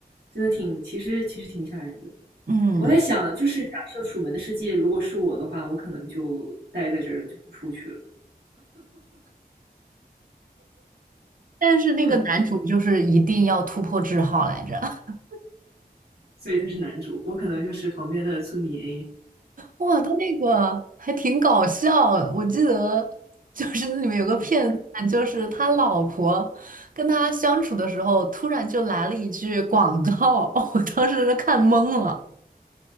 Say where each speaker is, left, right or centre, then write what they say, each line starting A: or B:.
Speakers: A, on the right; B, on the right.
A: 真的挺，其实其实挺吓人的。
B: 嗯，
A: 我在想，就是假设《楚门的世界》如果是我的话，我可能就待在这儿了，就不出去了。
B: 但是那个男主就是一定要突破桎梏来着。
A: 嗯，
B: <laughs>
A: 所以他是男主，我可能就是旁边的村民 A。
B: 哇，他那个还挺搞笑，我记得就是那里面有个片段，就是他老婆跟他相处的时候，突然就来了一句广告，<laughs> 我当时是看懵了。